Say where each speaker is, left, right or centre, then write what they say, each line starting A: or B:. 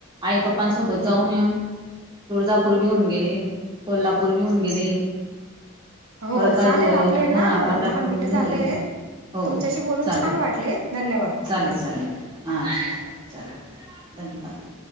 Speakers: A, on the right; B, on the right.
A: आई पप्पा पाच सव बज जाऊन तुळजापूर बी होऊन गेली. कोल्हापूर भी होऊन गेली.
B: हो
A: परत अजून
B: चालेल आपले ना
A: हा पंढरपूर
B: दहा मिनट
A: बी झालेलं
B: झाले आहेत.
A: हो
B: तुमच्याशी बोलून
A: चालेल
B: छान वाटले धन्यवाद.
A: चालेल चालेल हां चाल धन्यवाद.